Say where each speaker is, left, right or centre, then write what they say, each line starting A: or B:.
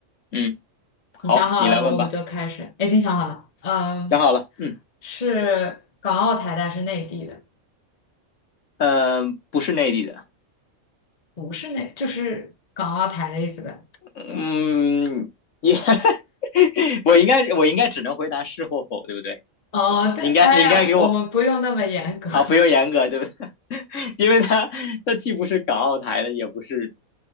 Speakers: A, on the left; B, on the left.
A: 嗯，好，
B: 你想好了，
A: 你来问吧。
B: 我们就开始。哎已经想好了，嗯，
A: 想好了，嗯，
B: 是港澳台的还是内地的？
A: 呃，不是内地的，
B: 不是内，就是港澳台的意思呗。
A: 嗯，也，<laughs> 我应该我应该只能回答是或否，对不对？
B: 哦，对，
A: 你应该你应该给我
B: 哎呀，我们不用那么严格。<laughs>
A: 啊、不用严格，对不对？<laughs> 因为他他既不是港澳台的，也不是